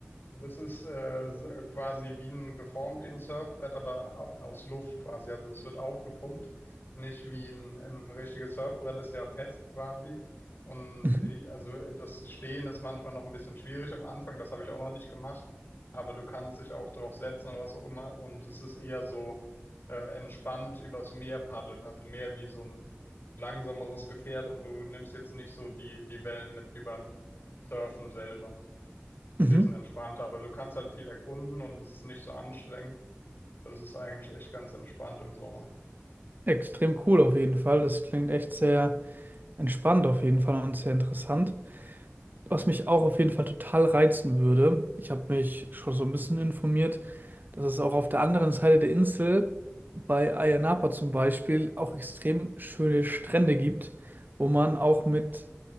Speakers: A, on the left (about 55°); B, on the right (about 45°).
A: Und das ist äh, s- äh, quasi wie ein geformt wie ein Surfbrett, aber au- aus Luft quasi. Also es wird aufgepumpt, nicht wie ein, ein richtiges Surfbrett ist ja fest quasi. Und
B: Mhm.
A: äh, also das Stehen ist manchmal noch ein bisschen schwierig am Anfang, das habe ich auch noch nicht gemacht. Aber du kannst dich auch drauf setzen oder was auch immer. Und es ist eher so äh, entspannt übers Meer paddeln, also mehr wie so ein langsameres Gefährt und du nimmst jetzt nicht so die, die Wellen mit wie beim Surfen selber so
B: Mhm.
A: ein bisschen entspannter, aber du kannst halt viel erkunden und es ist nicht so anstrengend. Das ist eigentlich echt ganz entspannt im Sommer.
B: Extrem cool auf jeden Fall. Das klingt echt sehr entspannt auf jeden Fall und sehr interessant. Was mich auch auf jeden Fall total reizen würde, ich habe mich schon so ein bisschen informiert, dass es auch auf der anderen Seite der Insel bei Ayia Napa zum Beispiel auch extrem schöne Strände gibt, wo man auch mit